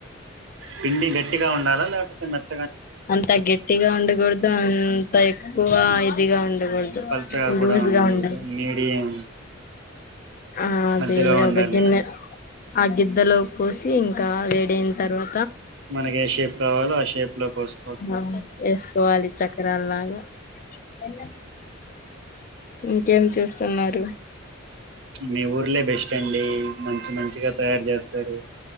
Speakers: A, on the right; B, on the left.
A: పిండి గట్టిగా ఉండాలా లేకపోతే మేత్
B: అంత గట్టిగా ఉండకూడదు అంత ఎక్కువ ఇదిగా ఉండకూడదు
A: పలచగా కూడా
B: లూజ్గా
A: ఉండకూడదు
B: ఉండాలి
A: మీడియం
B: ఆ అది
A: మధ్యలో ఉండాలి
B: ఒక గిన్నె ఆ గిద్దలో పోసి ఇంకా వేడైన తర్వా
A: మనకి ఏ షేప్ కావాలో ఆ షేప్ లోకి వస్
B: ఆ వేసుకోవాలి చక్రాలాగా బెల్లం తీసుకురా ఇంకేం చేస్తున్నారు
A: మీ ఊర్లే బెస్ట్ అండి మంచి మంచిగా తయార్ చేస్తారు